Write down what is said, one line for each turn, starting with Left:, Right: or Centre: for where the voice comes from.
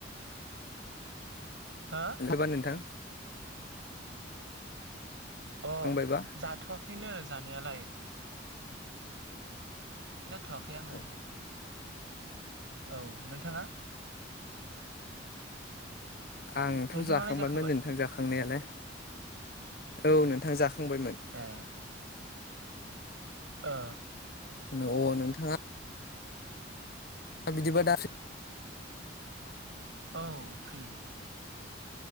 Right: हा
Left: <unintelligible> नोंथां
Right: अ
Left: जाखांबायबा
Right: जाथ'वाखैनो जानायालाय जाथ'वाखै आङो
Left: औ
Right: औ नोंथाङा
Left: आंथ'
Right: नोंथाङालाय
Left: जाखांबायमोन
Right: जाखांबाय
Left: नोंथां जाखांनायालाय औ नोंथां जाखांबायमोन
Right: ए ओ
Left: अ नोंथाङा दा बिदिबा दा
Right: औ फ्रि